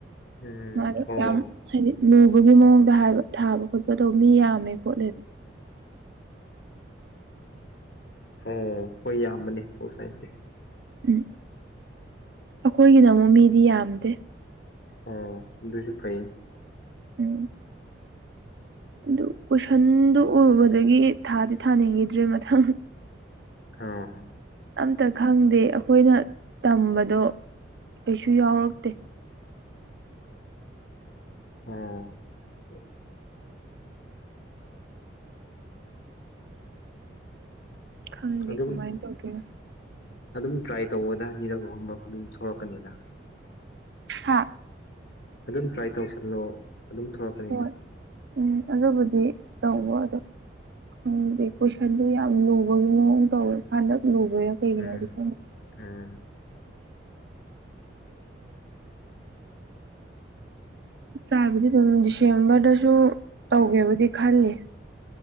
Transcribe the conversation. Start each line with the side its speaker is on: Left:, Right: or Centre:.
Left: ꯎꯝ
Right: ꯃꯗꯣ
Left: ꯑꯣ
Right: ꯌꯥꯝ ꯍꯥꯏꯗꯤ ꯂꯨꯕꯒꯤ ꯃꯑꯣꯡꯗ ꯍꯥꯏꯕ ꯊꯥꯕ ꯈꯣꯠꯄ ꯇꯧꯕ ꯃꯤ ꯌꯥꯝꯃꯦ ꯈꯣꯠꯂꯦꯗ
Left: ꯑꯣ ꯍꯣꯏ ꯌꯥꯝꯕꯅꯤ ꯄꯣ ꯁꯥꯏꯟꯁꯇꯤ
Right: ꯎꯝ ꯑꯩꯈꯣꯏꯒꯤꯅ ꯑꯃꯨ ꯃꯤꯗꯤ ꯌꯥꯝꯗꯦ
Left: ꯑ ꯑꯗꯨꯁꯨꯄ
Right: ꯎꯝ ꯑꯗꯨ ꯀꯣꯏꯁꯟꯗꯨ ꯎꯔꯨꯕꯗꯒꯤ ꯊꯥꯗꯤ ꯊꯥꯅꯤꯡꯈꯤꯗ꯭ꯔꯦ ꯃꯊꯪ
Left: ꯑ ꯍ
Right: ꯑꯝꯇ ꯈꯪꯗꯦ ꯑꯩꯈꯣꯏꯅ ꯇꯝꯕꯗꯣ ꯀꯩꯁꯨ ꯌꯥꯎꯔꯛꯇꯦ
Left: ꯑ
Right: ꯈꯪꯗꯦ
Left: ꯑꯗꯨ
Right: ꯀꯃꯥꯏꯅ
Left: ꯑꯗꯨꯝ
Right: ꯇꯧꯗꯣꯏꯅꯣ
Left: ꯑꯗꯨꯝ ꯇ꯭ꯔꯥꯏ ꯇꯧꯕꯗ ꯅꯤꯔꯛ ꯑꯍꯨꯝꯔꯛ ꯑꯗꯨꯝ ꯁꯂꯛꯀꯅꯤꯅ
Right: ꯍꯥꯥ
Left: ꯑꯗꯨꯝ ꯇ꯭ꯔꯥꯏ ꯇꯧꯁꯜꯂꯣ ꯑꯗꯨꯝ ꯊꯣꯛꯂꯛꯀꯅꯤꯗ
Right: ꯍꯣꯏ ꯎꯝ ꯑꯗꯨꯕꯨꯗꯤ ꯇꯧꯕ ꯑꯗꯣ ꯈꯪꯗꯦ ꯀꯣꯏꯁꯟꯗꯨꯣ ꯌꯥꯝ ꯂꯨꯕꯒꯤ ꯃꯑꯣꯡ ꯇꯧꯋꯦ ꯍꯟꯗ ꯂꯨꯕ ꯌꯥ ꯀꯩꯒꯤꯅꯗꯤ
Left: ꯎꯝ
Right: ꯀ
Left: ꯎꯝ
Right: ꯇ꯭ꯔꯥꯏꯕꯨꯗꯤ ꯑꯗꯨꯝ ꯗꯤꯁꯦꯝꯕꯔꯗꯁꯨ ꯇꯧꯒꯦꯕꯨꯗꯤ ꯈꯜꯂꯤ